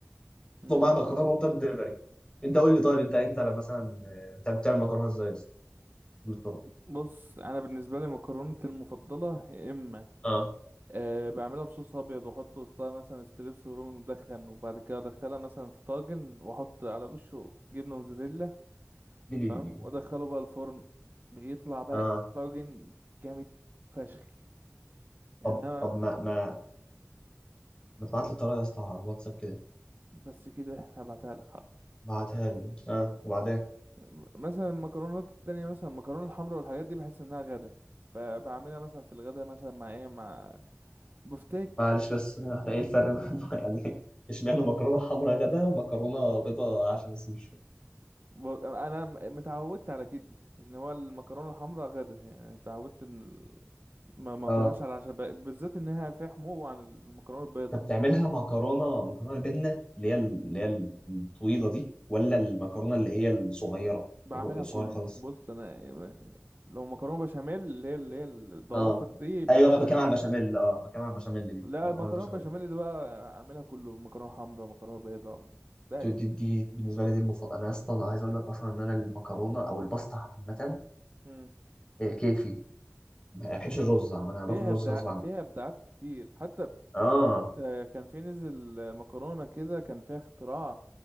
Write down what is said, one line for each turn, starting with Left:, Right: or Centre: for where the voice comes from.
Right: مم.
Left: اطلب معاه مكرونه بقوم طالب دليفري انت قول لي طيب انت انت لا مثلا آه، بتعمل بتعمل مكرونه ازاي يا اسطى قول لي الطرق
Right: بص انا بالنسبه لي مكرونتي المفضله يا اما
Left: اه
Right: أه بعملها بصوص ابيض واحط وسطها مثلا ستريبس ورومي مدخن وبعد كده ادخلها مثلا في طاجن واحط على وشه جبنه موزاريلا
Left: لي لي
Right: تمام
Left: لي لي لي.
Right: وادخله بقى الفرن بيطلع بقى
Left: اه
Right: طاجن جامد فشخ انما
Left: طب طب ما ما ما تبعت لي الطريقه يا اسطى على الواتساب كده
Right: بس كده هبعتها لك حاضر
Left: ابعتها لي اه وبعدين
Right: م- مثلا المكرونات التانية مثلا المكرونه الحمراء والحاجات دي بحس انها غدا فبعملها مثلا في الغدا مثلا مع ايه مع بفتيك
Left: معلش بس <laughs> آه، ايه الفرق <laughs> يعني اشمعنى مكرونه حمراء غدا ومكرونه بيضاء عشان بس مش
Right: ب- انا م- متعودت على كده ان هو المكرونه الحمراء غدا يعني اتعودت ان ال- ما ما اكلهاش
Left: اه
Right: على العشاء ب- بالذات انها فيها حمو عن المكرونه البيضاء
Left: طب تعملها مكرونه مكرونه البنه اللي هي اللي هي الطويله دي ولا المكرونه اللي هي الصغيره
Right: بعملها
Left: الر- صغيره
Right: كله
Left: خالص
Right: بص انا يعني لو مكرونه بشاميل اللي هي اللي هي الضوافر
Left: اه
Right: دي بعملها
Left: ايوه بكام على البشاميل اه بكام على البشاميل دي
Right: لا
Left: مكرونه
Right: المكرونه
Left: البشاميل
Right: بشاميل دي بقى اعملها كله مكرونه حمراء مكرونه بيضاء دايس
Left: دي, دي, دي بالنسبه لي دي المفضله انا يا اسطى انا عايز اقول لك اصلا ان انا المكرونه او الباستا عامه
Right: امم
Left: إيه، كيفي ما بحبش الرز عامه انا باكل
Right: فيها
Left: الرز
Right: ابداع
Left: غصب عني
Right: فيها ابداعات كتير حتى
Left: اه
Right: جت كان في نزل مكرونه كده كان فيها اختراع